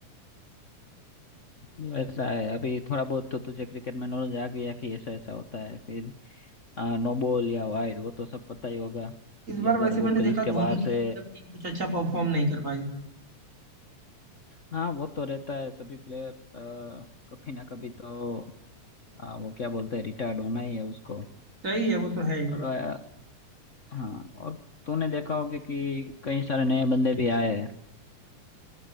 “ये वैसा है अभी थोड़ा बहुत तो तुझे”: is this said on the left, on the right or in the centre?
Left